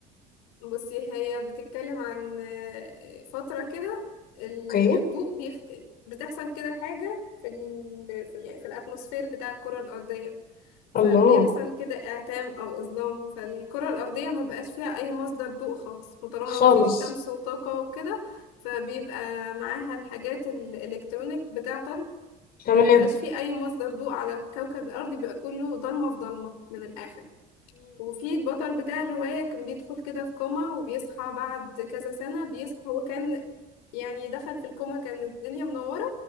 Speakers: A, on the left; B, on the left.
A: بصي هي بتتكلم عن آه، فتره كده ال-
B: اوكي
A: الضوء بيخت... بتحصل كده حاجه في ال... في, ال... يعني في الاتموسفير بتاع الكره الارضيه فبيحصل
B: الله
A: كده إعتام أو إظلام فالكرة الأرضية ما بقاش فيها أي مصدر ضوء خالص وطالما
B: خالص
A: ما فيش شمس وطاقة وكده فبيبقى معاها الحاجات الإلكترونيك بتعطل
B: تمام
A: آه، ما بقاش فيه أي مصدر ضوء على كوكب الأرض بيبقى كله ضلمة في ضلمة من الآخر وفي البطل بتاع الرواية كان بيدخل كده في كوما وبيصحى بعد كذا سنة بيصحى هو كان يعني دخل في الكوما كانت الدنيا منورة